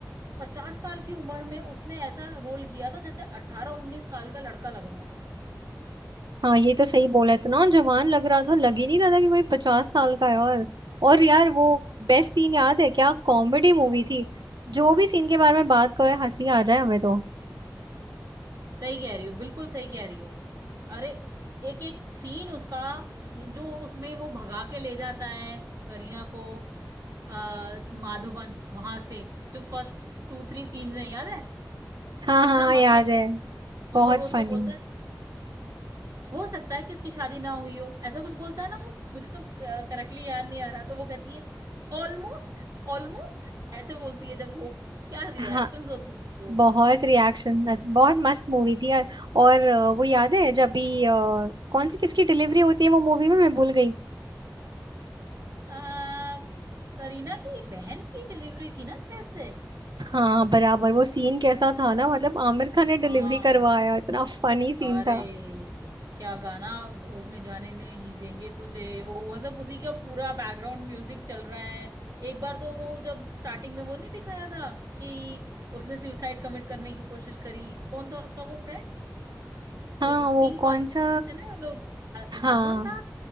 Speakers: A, on the right (about 55°); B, on the right (about 85°).
A: पचास साल की उम्र में उसने ऐसा रोल किया था जैसे अठारह उन्नीस साल का लड़का लग रहा हो
B: हाँ ये तो सही बोला इतना जवान लग रहा था लग ही नहीं रहा था कि कोई पचास साल का है और और यार वो बेस्ट सीन याद है क्या कॉमेडी मूवी थी जो भी सीन के बारे में बात करो हंसी आ जाए हमें तो
A: सही कह रही हो बिल्कुल सही कह रही हो अरे एक एक सीन उसका जो उसमें वो भगा के ले जाता है करीना को आ, माधवन वहां से जो फर्स्ट टू थ्री सीन्स हैं याद है
B: हाँ
A: कितना
B: हाँ हाँ
A: मस्त
B: याद
A: लगता
B: है
A: है और
B: बहुत
A: फिर वो उसको
B: फनी
A: बोलता है हो सकता है कि उसकी शादी ना हुई हो ऐसा कुछ बोलता है ना वो मुझे तो करेक्टली याद नहीं आ रहा तो वो कहती है ऑलमोस्ट ऑलमोस्ट ऐसे बोलती है जब वो क्या रिएक्शंस
B: हाँ
A: होती थी वो
B: बहुत रिएक्शन बहुत मस्त मूवी थी यार और अ, वो याद है जब भी अ, कौन सी किसकी डिलीवरी होती है वो मूवी में मैं भूल गई
A: आ, करीना की बहन की डिलीवरी थी ना शायद से
B: हाँ बराबर वो सीन कैसा था ना मतलब आमिर खान ने डिलीवरी
A: हाँ
B: करवाया इतना फनी सीन
A: अरे
B: था
A: क्या गाना उसमें जाने ने ही देंगे तुझे वो मतलब उसी का पूरा बैकग्राउंड म्यूजिक चल रहा है एक बार तो वो जब स्टार्टिंग में वो नहीं दिखाया था कि उसने सुसाइड कमिट करने की कोशिश करी कौन था उसका वो फ्रेंड
B: हाँ
A: एक
B: वो
A: तीन कॉलेज
B: कौन
A: के
B: सा
A: फ्रेंड्स थे ना ये लोग अ,
B: हाँ
A: माधवन था